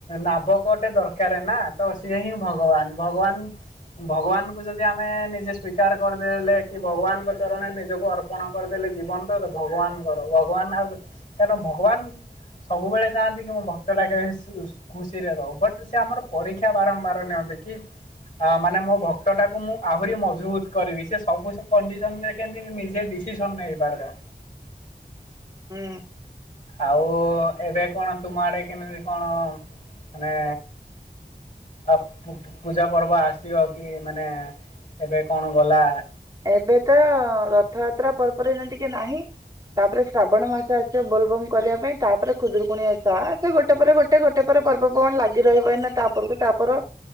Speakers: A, on the left; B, on the right.
A: ନାବକଟେ ଦରକାର ନା ତ ସିଏ ହିଁ ଭଗବାନ ଭଗବାନ ଭଗବାନଙ୍କୁ ଯଦି ଆମେ ନିଜେ ସ୍ଵିକାର କରିଦେଲେ କି ଭଗବାନଙ୍କ ଚରଣରେ ନିଜ କୁ ଅର୍ପଣ କରିଦେଲେ ଜୀବନ ତ ଭଗବାନଙ୍କର ଭଗବାନ ଆଉ କାରଣ ଭଗବାନ ସବୁବେଳେ ଚାହାଆନ୍ତି କି ମୋ ଭକ୍ତଟ ଟା କେବେ ଖୁସିରେ ରହୁ ବଟ୍ ସେ ଆମର ପରୀକ୍ଷା ବାରମ୍ବାର ନିଅନ୍ତି କି ଅ ମାନେ ମୋ ଭକ୍ତଟାକୁ ମୁଁ ଆହୁରି ମଜବୁତ କରିବି ସେ ସବୁ କଣ୍ଡିସନ ରେ କେନ୍ତି କି ନିଜେ ଡିସିସନ୍‌ ନେଇପାରିବା।
B: ହୁଁ।
A: ଆଉ ଏବେ କଣ ତୁମ ଆଡେ କେମିତି କଣ ମାନେ ଆଉ ପୂଜା ପର୍ବ ଆସିବ କି ମାନେ ଏବେ କଣ ଗଲା
B: ଏବେ ତ ରଥଯାତ୍ରା ପରେ ପରେ ଏଇନେ ଟିକେ ନାହିଁ। ତାପରେ ଶ୍ରାବଣ ମାସ ଆସିବ ବୋଲ ବମ୍ କରିବା ପାଇଁ ତାପରେ ଖୁଦୁୁରୁକୁଣୀ ଓଷା ସେ ଗୋଟେ ପରେ ଗୋ ଗୋଟେ ଗୋଟେ ପରେ ପର୍ବ ପର୍ବାଣୀ ଲାଗି ରହିବ ଏଇନା ତାପରକୁ ତାପର